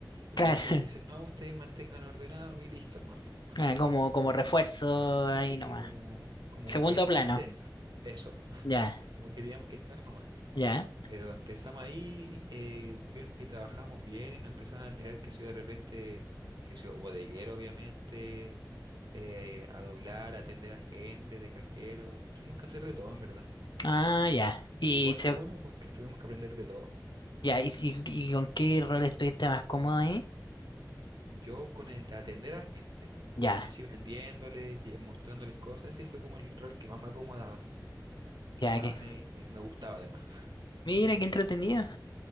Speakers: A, on the right; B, on the left.
A: Y
B: Claro,
A: que por eso les dicen, no, ustedes mantengan ordenado y listo nomás, po.
B: <laughs> ah, como, como refuerzo ahí
A: Sí,
B: nomás.
A: como, como
B: Segundo
A: e-
B: plano.
A: estén, eso, <laughs>
B: ya
A: como que teníamos que estar nomás.
B: Ya.
A: Pero empezamos ahí, eh, vieron que trabajamos bien y nos empezaron a tirar que si de repente, que si bodeguero obviamente, eh, a doblar, a atender a gente, de cajero, tuvimos que hacer de todo en verdad.
B: Ah, ya. Y
A: Igual fue
B: se,
A: bueno porque tuvimos que aprender de todo.
B: ya, y, si- y con qué rol estuviste más cómodo ahí?
A: Yo con el de atender a gente,
B: Ya,
A: así vendiéndoles, lle- mostrándoles cosas, ese fue como el rol que más me acomodaba, que
B: ya
A: más
B: que.
A: me, eh, me gustaba además.
B: Mira, qué entretenido.